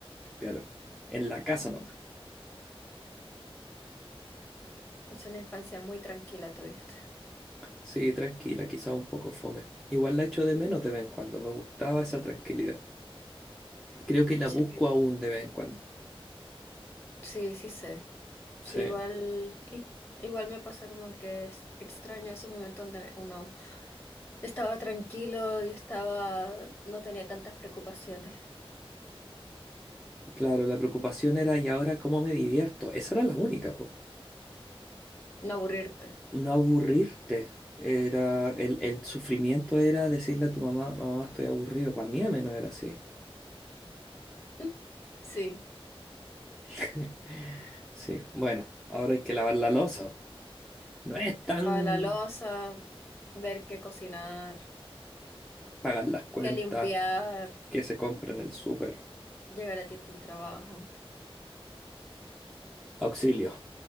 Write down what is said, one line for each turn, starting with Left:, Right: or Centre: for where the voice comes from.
Centre: claro, en la casa nomás.
Left: Es una infancia muy tranquila tuviste.
Centre: Sí, tranquila, quizás un poco fome. Igual la echo de menos de vez en cuando, me gustaba esa tranquilidad. Creo que la
Left: Sí,
Centre: busco aún de vez en cuando.
Left: sí, sí sé.
Centre: Sí,
Left: Sí, igual, i- igual me pasa como que es- extraño esos momentos donde uno estaba tranquilo y estaba, no tenía tantas preocupaciones.
Centre: claro, la preocupación era, ¿y ahora cómo me divierto? Esa era la única, po.
Left: No aburrirte.
Centre: No aburrirte. Era, el, el sufrimiento era decirle a tu mamá, mamá, estoy aburrido. Para mí al menos era así.
Left: <laughs> Sí.
Centre: <laughs> Sí, bueno, ahora hay que lavar la loza. No es tan
Left: lavar la loza, ver qué cocinar,
Centre: pagar las cuentas
Left: qué limpiar,
Centre: que se compra en el súper.
Left: llegar a tiempo al trabajo.
Centre: Auxilio.